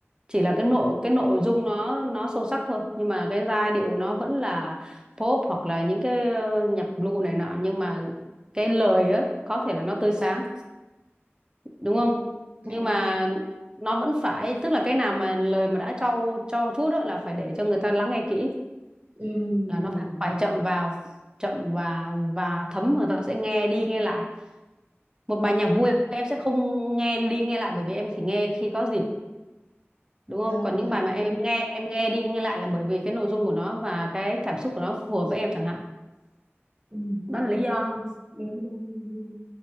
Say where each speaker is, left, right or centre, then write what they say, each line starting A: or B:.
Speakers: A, on the right (about 20°); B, on the right (about 35°).
A: chỉ là cái nội cái nội dung nó nó sâu sắc thôi nhưng mà cái giai điệu nó vẫn là pop hoặc là những cái ờ, nhạc blue này nọ nhưng mà cái lời á có thể là nó tươi sáng đúng
B: Ừ,
A: không
B: Dạ
A: nhưng
B: đúng
A: mà
B: rồi.
A: nó vẫn phải tức là cái nào mà lời mà đã cho cho chút đó là phải để cho người ta lắng nghe kỹ
B: Ừ, ừ,
A: là
B: ừ.
A: nó phải phải
B: ừ.
A: chậm vào chậm và và thấm người ta sẽ nghe đi nghe lại một bài nhạc vui em sẽ không nghe đi nghe lại bởi vì em chỉ nghe khi có dịp đúng
B: Đúng
A: không còn
B: rồi,
A: những bài
B: đúng
A: mà em
B: rồi.
A: nghe em nghe đi nghe lại là bởi vì cái nội dung của nó và cái cảm xúc của nó phù hợp với em chẳng hạn
B: Ừ,
A: đó
B: đúng
A: là lý
B: đúng
A: do
B: đúng đúng đúng. đúng.